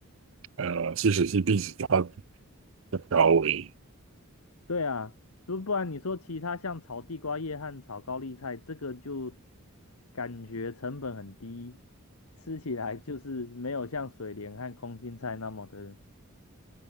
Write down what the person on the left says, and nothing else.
对啊，不不然你说其他像炒地瓜叶和炒高丽菜，这个就感觉成本很低，吃起来就是没有像水莲和空心菜那么的